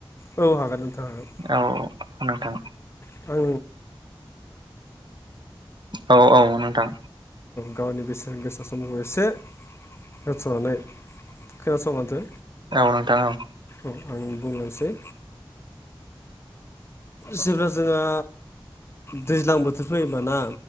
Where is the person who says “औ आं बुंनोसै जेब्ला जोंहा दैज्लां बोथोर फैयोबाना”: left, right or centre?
Left